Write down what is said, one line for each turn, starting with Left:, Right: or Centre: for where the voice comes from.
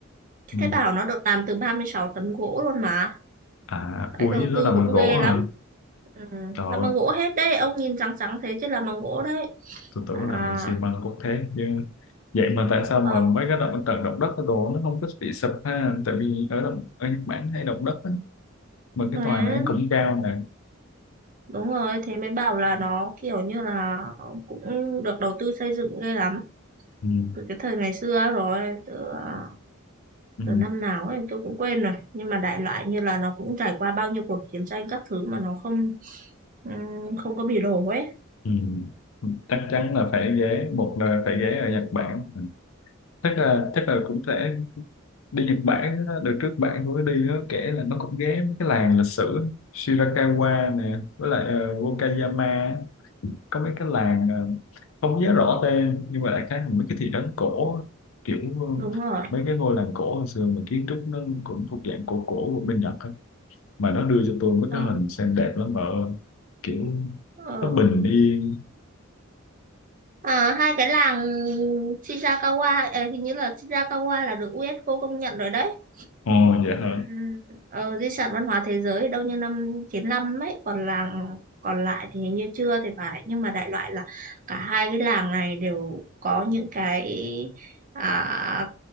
Left: ừ.
Right: thế bảo nó được làm từ 36 tấn gỗ luôn mà
Left: à ui
Right: cái đầu
Left: nó
Right: tư
Left: làm
Right: cũng
Left: bằng gỗ
Right: ghê lắm
Left: hả
Right: ừ,
Left: trời
Right: làm
Left: ơi,
Right: bằng gỗ hết đấy ông nhìn trắng trắng thế chứ làm bằng gỗ đấy
Left: tôi tưởng
Right: à
Left: làm bằng xi măng cốt thép chứ vậy mà tại sao mà
Right: ờ
Left: mấy cái động trận động đất cái đồ nó không có bị sụp ha tại vì ở động ở Nhật Bản hay động đất á mà cái
Right: thế-
Left: tòa này cũng cao nè
Right: đúng rồi thế mới bảo là nó kiểu như là cũng được đầu tư xây dựng ghê lắm
Left: ừ,
Right: từ cái thời ngày xưa rồi từ, à,
Left: ừ,
Right: từ năm nào ấy tôi cũng quên rồi nhưng mà đại loại như là nó cũng trải qua bao nhiêu cuộc chiến tranh các thứ mà nó không Ừ, không có bỉ đổ ấy
Left: ừ. chắc chắn là phải ghé một nơi phải ghé ở Nhật Bản chắc là chắc là cũng sẽ đi Nhật Bản á, đợt trước bạn tôi có đi á, kể là nó cũng ghé mấy cái làng lịch sử Shirakawa nè với lại ờ, Wakayama á. có mấy cái làng ờ, không nhớ rõ tên nhưng mà đại khái là mấy cái thị trấn cổ á. kiểu ờ,
Right: đúng rồi
Left: mấy cái ngôi làng cổ hồi xưa mà kiến trúc nó cũng thuộc dạng cổ cổ của bên Nhật á. mà nó đưa cho tôi mấy
Right: ờ,
Left: cái hình xem đẹp lắm mà ơi. kiểu
Right: ờ.
Left: nó bình yên
Right: À, hai cái làng Shirakawa ờ, hình như là Shirakawa là được UNESCO công nhận rồi đấy
Left: ồ
Right: ừ,
Left: dạ hả
Right: ờ, di sản văn hóa thế giới đâu như năm 95 ấy còn làng còn lại thì hình như chưa thì phải nhưng mà đại loại là cả hai cái làng này đều có những cái à,